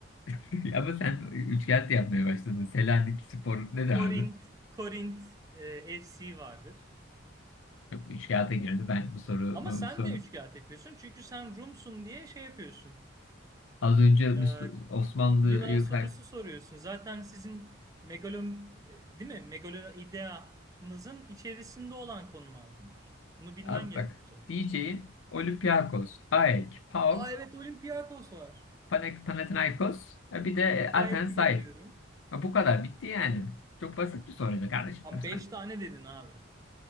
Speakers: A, on the left (about 80°); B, on the right (about 20°).
A: <laughs> Ama sen üç üçkağıt yapmaya başladın. Selanik Spor ne
B: Korint,
A: derdi? abi?
B: Korint e, FC vardır.
A: Yok, Üçkağıta girdi. Ben bu soru,
B: Ama sen
A: bu soru.
B: de üç kağıt yapıyorsun. Çünkü sen Rumsun diye şey yapıyorsun.
A: Az önce Müsl-
B: Ee,
A: Osmanlı'yı
B: Yunan sorusu
A: kay...
B: soruyorsun. Zaten sizin megalom, e, değil mi? Megaloideanızın içerisinde olan konular bunlar. Bunu bilmen
A: Abi
B: gerekiyor
A: bak.
B: zaten
A: diyeceğin
B: senin.
A: Olympiakos, AEK, PAOK,
B: Aa evet Olympiakos var.
A: Pane- Panathinaikos. e, Bir de e, Athensay.
B: Pay 2 de biliyorum.
A: Ya Bu kadar. Bitti yani. Çok basit bir soruydu kardeşim.
B: Ama
A: Hani Sen-
B: 5 tane dedin abi.